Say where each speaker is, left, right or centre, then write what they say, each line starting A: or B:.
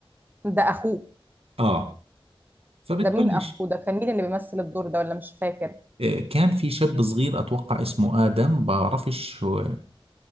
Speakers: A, on the right (about 20°); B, on the right (about 85°).
A: ده اخوه
B: اه فبتبلش
A: ده مين اخوه ده كان مين اللي بيمثل الدور ده ولا مش فاكر
B: آه، كان في شاب صغير اتوقع اسمه آدم بعرفش شو